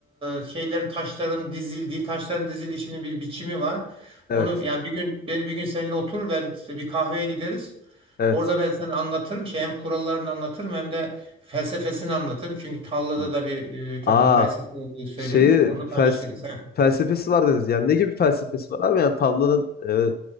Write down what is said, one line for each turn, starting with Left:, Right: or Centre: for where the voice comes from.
Right: e, şeylerin taşların dizildiği taşların dizilişinin bir biçimi var.
Left: Evet.
Right: Onu yani bir gün ben bir gün seninle oturur ben bir kahveye gideriz.
Left: Evet.
Right: Orada ben sana anlatırım şey hem kurallarını anlatırım hem de felsefesini anlatırım. Çünkü tavlada
Left: Hmm.
Right: da bir e, takım
Left: Aa
Right: felsefe olduğu söylenir.
Left: şeyi
Right: Onu
Left: fels
Right: paylaşırız. He.
Left: felsefesi var dediniz. Yani ne gibi felsefesi var abi? Yani tavlanın e,